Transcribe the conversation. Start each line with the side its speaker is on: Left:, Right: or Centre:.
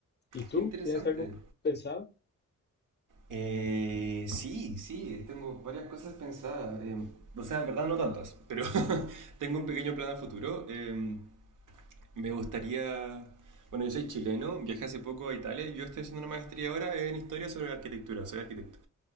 Left: ¿Y tú?
Right: qué interesante.
Left: ¿Tienes algo pensado?
Right: Eh, sí, Sí, tengo varias cosas pensadas. eh, o sea, en verdad no tantas, pero <laughs> tengo un pequeño plan a futuro. eh, me gustaría... Bueno, yo soy chileno, viajé hace poco a Italia y yo estoy haciendo una maestría ahora en historia sobre la arquitectura, soy arquitecto.